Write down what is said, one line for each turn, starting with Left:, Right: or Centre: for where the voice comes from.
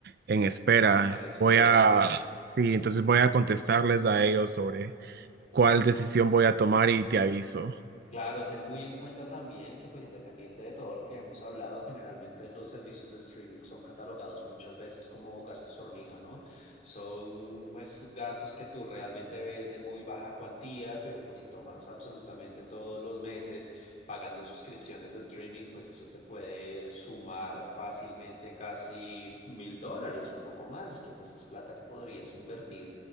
Right: en espera.
Left: En espera,
Right: Voy a,
Left: sí.
Right: sí, entonces voy a contestarles a ellos sobre cuál decisión voy a tomar y te aviso.
Left: Claro, ten muy en cuenta también que pues independiente de todo lo que hemos hablado, generalmente los servicios de streaming son catalogados muchas veces como gastos hormiga, ¿no? Son pues gastos que tú realmente ves de muy baja cuantía, pero pues si tomas absolutamente todos los meses pagando suscripciones de streaming, pues eso te puede sumar fácilmente casi mil dólares, un poco más, que pues es plata que podrías invertir